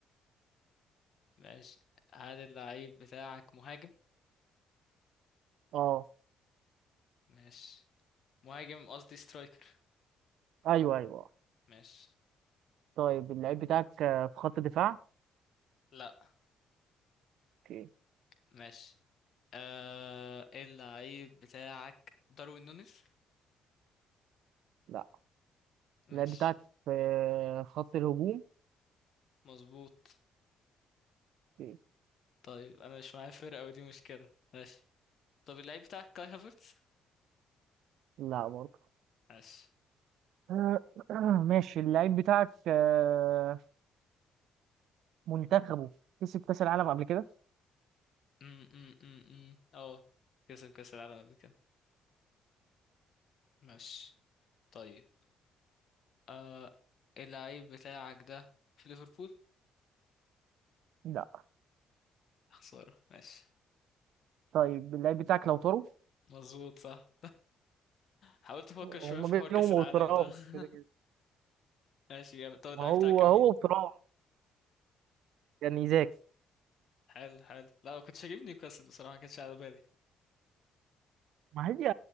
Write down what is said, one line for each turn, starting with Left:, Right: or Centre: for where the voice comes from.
Left: ماشي هل اللعيب بتاعك مهاجم
Right: اه
Left: ماشي مهاجم قصدي سترايكر
Right: ايوه ايوه آه.
Left: ماشي
Right: طيب اللعيب بتاعك آه، في خط دفاع
Left: لا
Right: اوكي
Left: ماشي آه اللعيب بتاعك داروين نونيز
Right: لا
Left: ماشي
Right: اللعيب بتاعك في آه، خط الهجوم
Left: مظبوط
Right: اوكي
Left: طيب انا مش معايا فرقة ودي مشكلة ماشي طب اللعيب بتاعك كاي هافرتز
Right: لا برضه
Left: ماشي
Right: آه، <clears throat> ماشي اللعيب بتاعك آه، منتخبه كسب كاس العالم قبل كده
Left: م -م -م -م. اه كسب كاس العالم قبل كده ماشي طيب آه اللعيب بتاعك ده في ليفربول
Right: لا
Left: خسارة ماشي
Right: طيب اللعيب بتاعك لو طاروا
Left: مظبوط صح حاولت افكر شويه
Right: هما
Left: في
Right: بينهم
Left: حوار كاس العالم
Right: وترام
Left: ده <laughs>
Right: كده كده
Left: ماشي جامد طب اللعيب
Right: ما هو
Left: بتاعك كان
Right: هو
Left: مين
Right: وترام يعني زاك
Left: حلو حلو لا ما كنتش هجيب نيوكاسل بصراحه ما كانتش على بالي
Right: ما هي